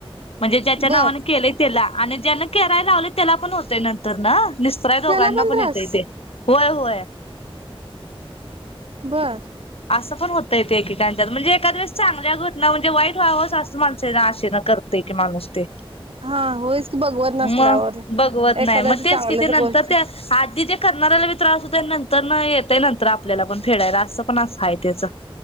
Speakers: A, on the left; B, on the right.
A: म्हणजे ज्याच्या
B: बर
A: नावाने केलंय त्याला आणि ज्यान करा लावलय. त्याला पण होतय नंतर ना निस्तरायला दोघांना
B: त्याला
A: पण
B: त्रास
A: येतं इथे होय होय.
B: बरं.
A: असं पण होतं येते एकेकांच्या म्हणजे एखाद्या द्या वेळेस चांगल्या घटना म्हणजे वाईट व्हावं असं माणसांना आशे ना करते की माणूस ते.
B: हा होयच की बघवत नसल्यावर
A: मग बघवत
B: एखाद्याची
A: नाही. मग तेच
B: चांगल्याच
A: किती नंतर
B: गोष्ट
A: ते आधी त्या करणाऱ्याला बी त्रास होतो नंतर न येतय नंतर आपल्याला पण फेडायला असं पण असा आहे. त्याच